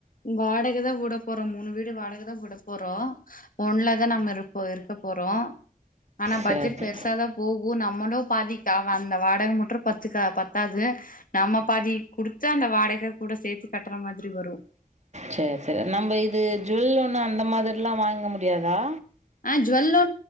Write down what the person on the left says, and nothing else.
வாடகை தா விடப் போற மூணு வீடு வாடக கூட போறோ ஒண்ணுலதா நம் இருப்போ இருக்க போறோ ஆனா பட்ஜெட்
பெருசாதா போகு நம்மளு பாதிக்க அந்த வாடகை முட்ட பத்துக்க பத்தாவது நம்ம பாதி கொடுத்து அந்த வாடகை கூட சேர்த்து கட்டுற மாதிரி வரு
ஆஹ் ஜுவல்லோ